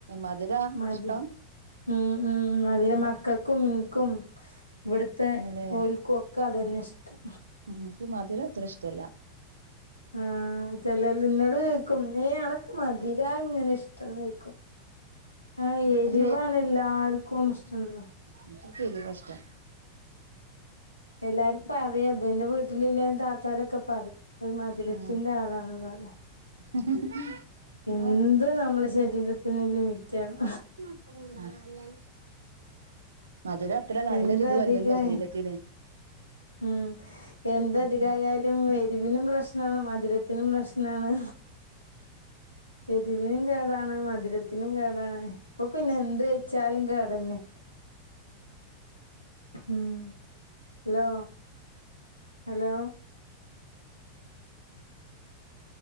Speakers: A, on the right (about 70°); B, on the left (about 85°).
A: മധുരാ
B: മതി
A: ഇഷ്ടം
B: ഉം ഉം മധുരം
A: ഉം
B: മക്കൾക്ക് <unintelligible> ഇവിടത്തെ
A: തന്നെല്ലേ
B: ഓൽക്കും ഒക്കെ അതന്നെ ഇഷ്ടം
A: ഉം എനിക്ക് മധുരം അത്ര ഇഷ്ടല്ല
B: ആഹ് ചെല നിന്നോട് ചോയിക്കും നെയ അനക്ക് മധുര ഇങ്ങനെ ഇഷ്ട നിക്കും ആ ഹ് എരിവാണ്
A: അത്
B: എല്ലാർക്കും ഇഷ്ടണ്ട്
A: എനിക്ക് എരിവാ ഇഷ്ടം
B: എല്ലാരും പറയും അത് എന്റെ വീട്ടിലില്ല താത്താരൊക്കെ പറയും ഒരു മധുരത്തിന്റെ
A: ആഹ്
B: ആളാണ് പറയുക
A: <unintelligible>
B: എന്ത്
A: ആഹ്
B: നമ്മളെ ശരീരത്തിന് ലിമിറ്റാണ്
A: <unintelligible> മധുരം അത്ര നല്ലൊര്
B: എന്തധികായ
A: ഇത് അല്ലല്ലോ ശരീരത്തിന്
B: ഉം എന്ത്
A: ഉം
B: അധികായാലും
A: ഉം
B: എരിവിനും പ്രശ്നം മധുരത്തിനും പ്രശ്നാണ് എരുവിനും കേടാണ് മധുരത്തിനും കേടാണ് ഇപ്പൊ പിന്നെ എന്ത് കഴിച്ചാലും കേടന്നെ ഉം hello hello